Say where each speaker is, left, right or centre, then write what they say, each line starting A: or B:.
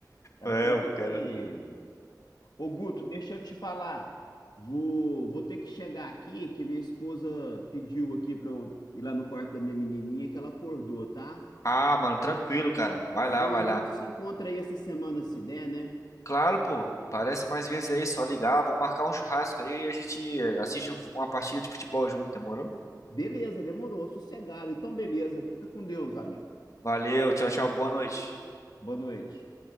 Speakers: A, on the left; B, on the left.
A: O cara
B: É,
A: tem
B: o
A: que
B: cara.
A: ter. Ô, Guto, deixa eu te falar. Vou, vou ter que chegar aqui, que minha esposa pediu aqui pra eu ir lá no quarto da minha menininha, que ela acordou, tá?
B: Ah, mano, tranquilo, cara. Vai
A: Tá
B: lá,
A: bom?
B: vai
A: E a
B: lá.
A: gente se encontra aí essa semana, se der, né?
B: Claro, pô. Aparece mais vezes aí, só ligar. Vamos marcar um churrasco aí e a gente eh, assiste um fu- uma partida de futebol junto, demorou?
A: Beleza, demorou, sossegado. Então, beleza. Fica com Deus, amigo.
B: Valeu, tchau, tchau, boa noite.
A: Boa noite.